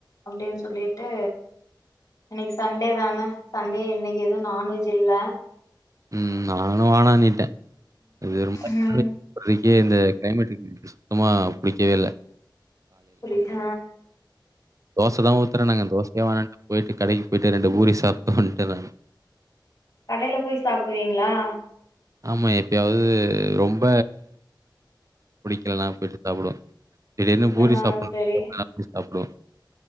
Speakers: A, on the left; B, on the right.
A: அப்டின் சொல்லிட்டு இன்னிக்கு சண்டே தானே சண்டே இன்னிக்கு எதும் நான்வெஜ் இல்ல
B: உம் நானு வானான்னுட்டன் <unintelligible>
A: ம்
B: இந்த கிளைமேட்டுக் சுமா புடிக்கவே இல்லே
A: புரிஹ
B: தோச தா ஊத்துறேனுங்க தோசக்கே வேணான்ட் போயிட் கடைக்கு போய்ட்டு ரெண்டு பூரி சாப்ட் வந்துட்ட நானு
A: கடைல போய் சாப்புடுவீங்களா
B: ஆமா எப்பயாவது ரொம்ப புடிக்கலன போயிட் சாப்பிடுவ சரி என்ன பூரி
A: ஆ
B: சாப்புன்னு
A: சரி
B: இந்த நேரத்து சாப்புடுவ